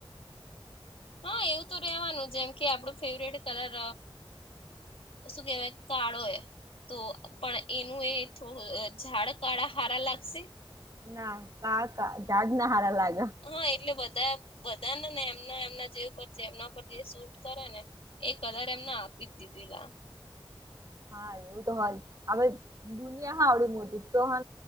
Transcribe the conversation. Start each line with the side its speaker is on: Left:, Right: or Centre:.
Left: હા એવું તો રેવાનું જેમ કે આપણું ફેવરેટ કલર શું કેહેવાય કાળો એ તો પણ એનું એ થોડું ઝાડ કાળા હારા લાગશે.
Right: ના કાકા જઝાડ ના હારલા.
Left: હા એટલે બધા બધા ને ને એમના એમના જે ઉપર એમના ઉપર જે શૂટ કરે ને એ કલર એમને આપી જ દીધેલા.
Right: હા એવું તો હોય હવે દુનિયા હ આવડી મોટી તો હ